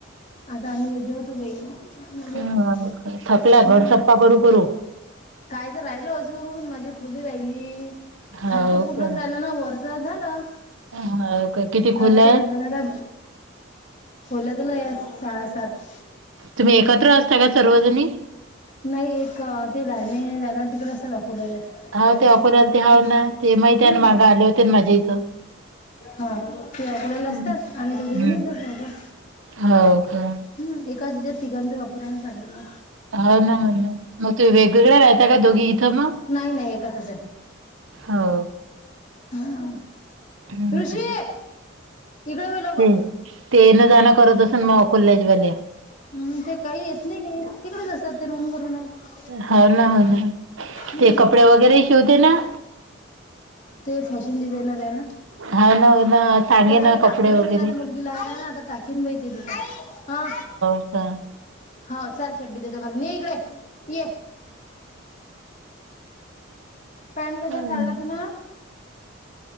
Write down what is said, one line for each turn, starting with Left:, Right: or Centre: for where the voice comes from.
Left: आता आम्ही जवतो बाई
Right: हो
Left: मले हम.
Right: का थकला घर सप्पा करू करू.
Left: काय तर राहिलं अजून माझी खोली राहिली
Right: हो
Left: खालच पूर्णच
Right: का.
Left: राहिलं ना वर. च झालं
Right: हो का किती
Left: खालच
Right: खोल्या
Left: राहिलं
Right: आहेत?
Left: ना. खोल्यात लय हाय सहा सात.
Right: तुम्ही एकत्र असता का सर्वजणी.
Left: नाही एक ते लहाने दादा तिकडे असं अकोल्याला
Right: हाव
Left: बँक
Right: ते अकोल्याला
Left: असतात
Right: ते हाव ना ते माहिती
Left: ह
Right: आहे ना मागं आले होते ना माझ्या इथं.
Left: हा ते अकोल्याले असतात.
Right: हम्म.
Left: आम्ही दोघ जणी
Right: हम्म
Left: इथच राहतो ह
Right: हो का
Left: एक. एकाच याच्यात तिघांचा वापर आहे ना काढलेला.
Right: हो ना हो ना मग तू वेग वेगळ्या राहता का दोघी इथं मग.
Left: नाही नाही एकातच हाय.
Right: हो.
Left: हा,
Right: हम्म
Left: ऋषीऽऽ तिकडे होई लवकर.
Right: ते ते येणं जाणं करत असेल मग अकोल्याजवाले
Left: हम्म ते काही येत नाही काही, तिकडेच असतात. ते रूम करून आहे
Right: हो ना हो ना,
Left: हम्म
Right: ते कपडे वगैरे शिवते ना.
Left: ते फॅशन डिजायनर आएना.
Right: हाव ना हो ना सांगे
Left: तर काही
Right: ना कपडे
Left: टाकलं नाही
Right: वगैरे
Left: तिला तर मुलगी लहान आहे, ना आता टाकीन बहिती तिथं,, हा.
Right: हां.
Left: हो चल चडडी देतो घालून, ये इकडे, ये. पॅन्ट कशाल
Right: हम्म.
Left: काढला तु नं.